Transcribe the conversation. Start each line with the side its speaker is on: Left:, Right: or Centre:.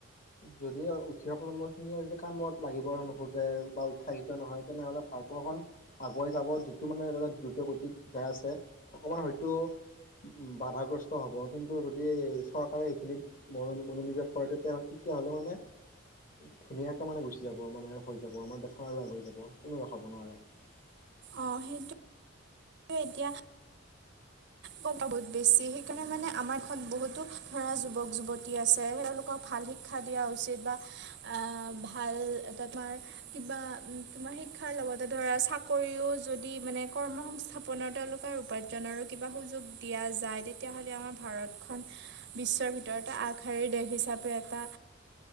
Left: যদি উঠি অহা প্ৰজন্ম খিনিয়ে যদি কামত লাগিব নোখোজে বা উৎসাহিত নহয় তেনেহ'লে ভাৰপ্ৰখন আগুৱাই যাব যিটো মানে এ দ্ৰুত গতিত যাই আছে অকমান হয়তো <unintelligible> উম বাধাগ্ৰস্ত হ'ব কিন্তু যদি চৰকাৰে এইখিনিত মনোনিৱেশ কৰে তেতিয়া তেতিয়াহ'লে মানে <unintelligible> ধুনীয়াকে মানে গুচি যাব মানে হৈ যাব আমাৰ দেশৰ আৰু আগুৱাই যাব <unintelligible> কোনো ৰখা'ব নোৱাৰে <unintelligible>
Right: অ সেইটো। এতিয়া। বহুত বেছি সেইকাৰণে মানে আমাৰখন বহুতো ধৰা যুৱক যুৱতী আছে তেওঁলোকক ভাল। ভাল শিক্ষা দিয়া উচিত বা আহ ভাল তোমাৰ কিবা তোমাৰ সেই শিক্ষাৰ লগতে ধৰা চাকৰিও যদি মানে কৰ্ম সংস্থাপনৰ তেওঁলোকৰ উপাৰ্জন আৰু কিবা সুযোগ দিয়া যায় তেতিয়াহ'লে আমাৰ ভাৰতখন বিশ্বৰ ভিতৰতে আগশাৰীৰ দেশ হিচাপে তাপি এটা